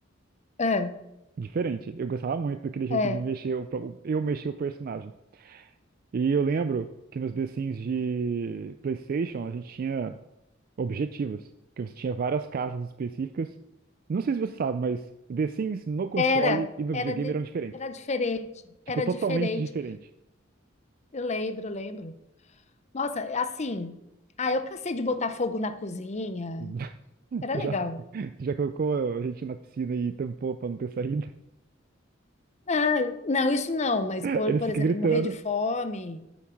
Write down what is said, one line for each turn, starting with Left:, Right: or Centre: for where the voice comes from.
Left: é,
Right: diferente. Eu gostava muito daquele jeito
Left: é.
Right: de mexer, o pro- eu mexer o personagem. E eu lembro que nos The Sims de PlayStation a gente tinha objetivos, que você tinha várias casas específicas. Não sei se você sabe, mas The Sims no console
Left: Era,
Right: e no
Left: era,
Right: videogame
Left: de-
Right: eram diferentes.
Left: era diferente, era
Right: Tipo, totalmente
Left: diferente.
Right: diferente.
Left: Eu lembro, eu lembro. Nossa, assim, ah, eu cansei de botar fogo na cozinha.
Right: <laughs>
Left: Era
Right: Tu
Left: legal.
Right: já, tu já colocou a gente na piscina e tampou pra não ter saída?
Left: Ah, não, isso não, mas
Right: <laughs>
Left: por,
Right: Eles
Left: por
Right: ficam
Left: exemplo,
Right: gritando,
Left: morrer de fome,